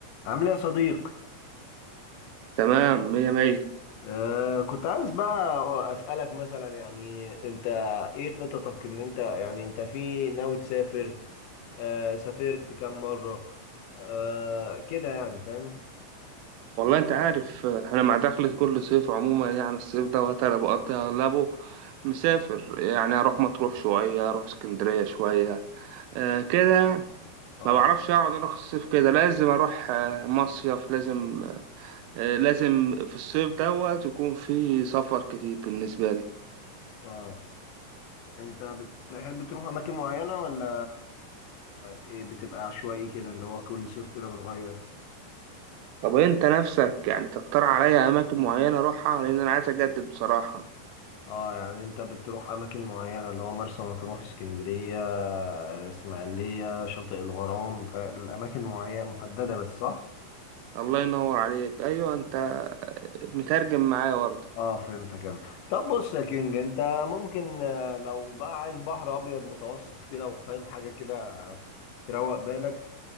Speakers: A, on the left; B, on the right.
A: عامل ايه يا صديق
B: تمام مية مية
A: آه كنت عايز بقى اسالك مثلا يعني انت ايه خططك ان انت يعني انت في ناوي تسافر آه سافرت كام مره آه كده يعني فاهم
B: والله انت عارف آه، انا مع دخلة كل صيف عموما يعني الصيف دوت انا بقضي اغلبه مسافر يعني اروح مطروح شوية اروح اسكندرية شوية آه كده
A: اه
B: ما بعرفش اقعد انا في الصيف كده لازم اروح آه مصيف لازم آه لازم في الصيف دوت يكون في سفر كتير بالنسبة لي
A: اه انت بتحب تروح اماكن معينه ولا إيه بتبقى عشوائي كده اللي هو كل صيف كده بتغير
B: طب انت نفسك يعني تقترح عليا اماكن معينة اروحها لان انا عايز اجدد بصراحة
A: اه يعني انت بتروح اماكن معينه اللي هو مرسى مطروح اسكندريه آه، اسماعيليه شاطئ الغرام فالاماكن معينه محدده بس صح
B: الله ينور عليك ايوه انت مترجم معايا برضه
A: اه فهمتك انا طب بص يا كينج انت ممكن آه، لو بقى عايز بحر ابيض متوسط كده وفاهم حاجه كده آه، تروق بالك